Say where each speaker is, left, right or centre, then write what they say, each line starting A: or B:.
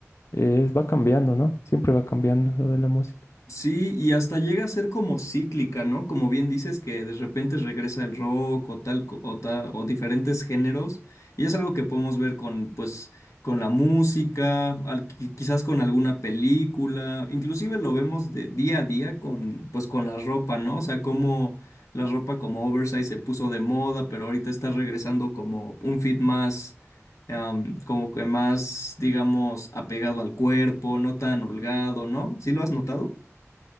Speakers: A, on the left; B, on the left.
A: Eh, es- va cambiando, ¿no? Siempre va cambiando lo de la música.
B: Sí, y hasta llega a ser como cíclica, ¿no? Como bien dices, que de repente regresa el rock o tal, co- o ta- o diferentes géneros. Y es algo que podemos ver con, pues, con la música, al- qui- quizás con alguna película. Inclusive lo vemos de día a día con, pues, con la ropa, ¿no? O sea, como la ropa como oversize se puso de moda, pero ahorita está regresando como un fit más am, como que más, digamos, apegado al cuerpo, no tan holgado, ¿no? ¿Sí lo has notado?